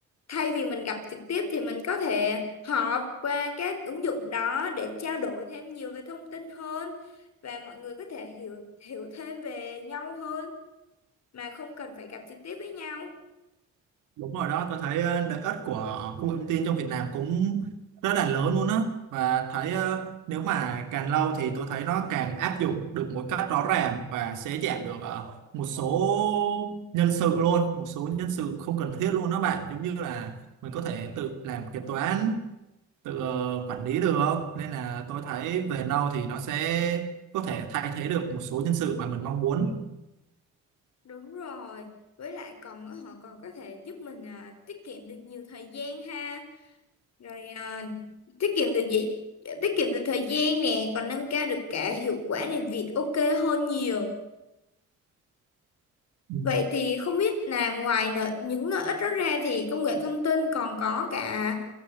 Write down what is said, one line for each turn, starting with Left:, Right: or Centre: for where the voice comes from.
Left: thay vì mình gặp trực tiếp thì mình có thể họp qua các ứng dụng đó để trao đổi thêm nhiều về thông tin hơn và mọi người có thể hiểu hiểu thêm về nhau hơn mà không cần phải gặp trực tiếp với nhau
Right: Đúng rồi đó, tôi thấy ờ, lợi ích của công nghệ thông tin trong Việt Nam cũng rất là lớn luôn á và thấy ờ, nếu mà càng lâu thì tôi thấy nó càng áp dụng được một cách rõ ràng và sẽ giảm được ờ, một số nhân sự luôn, một số nhân sự không cần thiết luôn đó bạn, giống như là mình có thể tự làm kế toán, tự ờ, quản lý được nên là tôi thấy về lâu thì nó sẽ có thể thay thế được một số nhân sự mà mình mong muốn.
Left: đúng rồi với lại còn họ còn có thể giúp mình ờ, tiết kiệm được nhiều thời gian ha rồi à, tiết kiệm được gì tiết kiệm được thời gian nè còn nâng cao được cả hiệu quả làm việc ok hơn nhiều
Right: Ừ.
Left: vậy thì không biết là ngoài nợ, những lợi ích đó ra thì công nghệ thông tin còn có cả